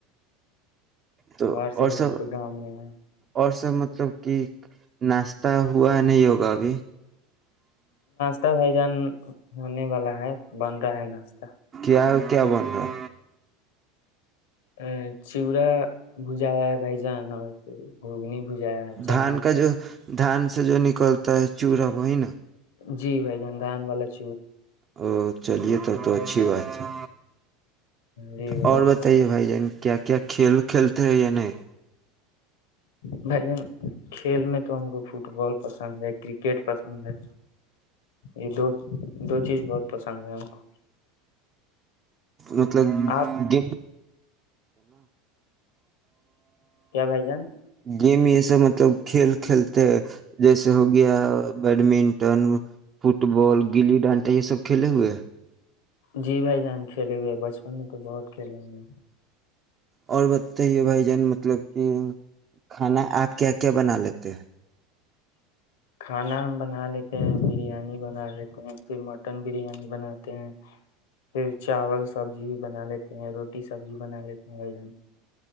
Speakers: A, on the right (about 35°); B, on the left (about 80°).
A: تو
B: باہر سے
A: اور
B: گھر
A: سب
B: پہ گاؤں میں ہے
A: اور مطلب کی ناشتہ ہوا نہیں ہوگا ابھی
B: ا بھائی جان ہونے والا ہے بن رہا ہے ناشہ
A: کیا کیا بن رہا
B: ا چڑا بوجا بائی جان اور گھگنی بھجایا ہے چنا
A: دھان کا جو دھان سے جو نکلتا ہے چوہا وہی نا
B: جی بھائی جان دان والا <inaudible>
A: اورو چلیے تب تو اچھی بات ہے
B: جی بھائی
A: اور
B: جان
A: بتائیے بھائی جان کیا کیا کھیل کھیلتے ہیں یا نہیں
B: بھائی جان کھیل میں تو ہم کو فٹ بال پسند ہے کرکٹ پسند ہے یہ دو دو چیز بہت پسند ہے ہم کو
A: مطلب
B: آپ
A: گ
B: کیا بھائی جان
A: <inaudible> گیم <unintelligible> مطلب کھیل کھیلتے ہیں جیسے ہو گیا بیڈمنٹن فٹ بال گلی ڈانٹا یہ سب کھیلے ہوئے
B: جی بھائی جان کھیلے ہوئے ہیں بچپن میں تو بہت کھیلے ہو ہیں
A: اور بتتے ہیے بھائی جان مطلب کہ کھانا آپ کیا کیا بنا لیتے ہیں
B: کھانا ہم بنا لیتے ہیں بریانی بنا لیتے ہیں پھر مٹن بریانی بناتے ہیں پھر چاول سبزی بھی بنا لیتے ہیں روٹی سبزی بنا لیتے ہیں ب دن